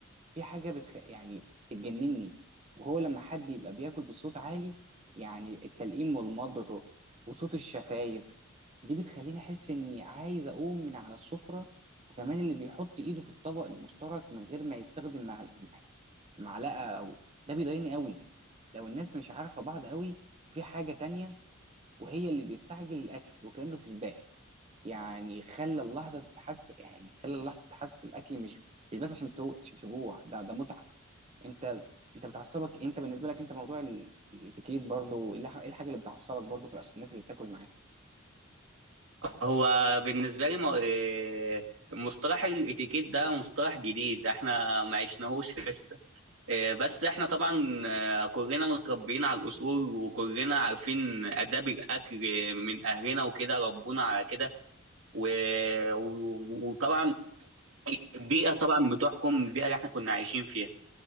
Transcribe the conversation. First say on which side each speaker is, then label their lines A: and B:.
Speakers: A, on the right; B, on the right.
A: في حاجه بتخ... يعني بتجنني وهو لما حد يبقى بياكل بصوت عالي يعني التلقيم والمضغ وصوت الشفايف دي بتخليني احس اني عايز اقوم من على السفره وكمان اللي بيحط ايده في الطبق المشترك من غير ما يستخدم مع... معلقه او ده بيضايقني قوي لو الناس مش عارفه بعض قوي وفي حاجه تانية وهي اللي بيستعجل الاكل وكانه في سباق يعني خلى اللحظه تتحس يعني خلى اللحظه تتحس الاكل مش مش بس عشان تو... عشان تجوع ده ده متعه انت انت بتعصبك انت بالنسبه لك انت موضوع ال- الاتيكيت برضو ايه الح- إيه الحاجه اللي بتعصبك برضو في الناس اللي بتاكل معاك
B: هو بالنسبة لي م- إيه، مصطلح الاتيكيت ده مصطلح جديد احنا ما عشناهوش لسه إيه، بس احنا طبعا آه، كلنا متربيين على الاصول وكلنا عارفين آداب الاكل آه، من اهلنا وكده ربونا على كده و- و- وطبعا البيئة طبعا بتحكم البيئة اللي احنا كنا عايشين فيها